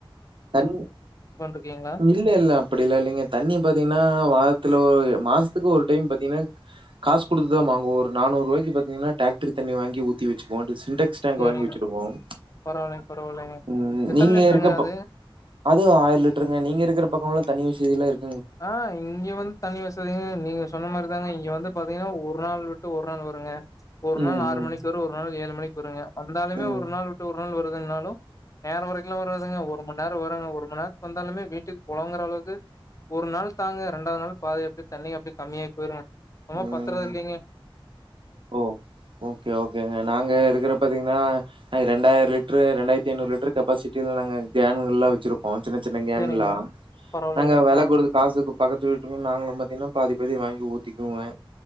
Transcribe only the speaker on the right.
தண்ணி
இல்ல இல்ல அப்படி இல்ல இல்லைங்க தண்ணி பாத்தீங்கன்னா வாரத்துல ஒரு மாச ஒரு டைம் பாத்தீங்கன்னா காசு கொடுத்துதான் வாங்குவோம் ஒரு நானூறு ரூபாய்க்கு பாத்தீங்கன டிராக்டர் தண்ணி வாங்கி ஊத்தி வச்சுக்கு வோம் சின்டெக்ஸ் டேங்க்
வாங்கி வச்சிருக்கோம்
உம்
நீங்க
இருக்கப்ப
அது ஆயிரம் லிட்டருங்க நீங்க இருக்கிற பக்கமெல்லாம் தண்ணி வசதில்லாம் இருக்கு
ம்
ம்
ம்
ம்
ஓ ஓகே ஓகேங்க நாங்க இருகற பாத்தீங்கனா நா ரெண்டாயிரம் லிட்ரு ரெண்டாயிரத்தி ஐநூறு லிட்டர் கெபாசிட்டில நாங்க கேன்களாம் வெச்சிருக்கோம் சின்ன சின் ன கேன்லா
நாங்க வேலை
குடுத்து காசுக்கு பக்கத்து வீட்டுக்கும் நாங்களும் பாத்திங்கனா பாதி பாதி வாங்கி ஊத்திக்குவோங்க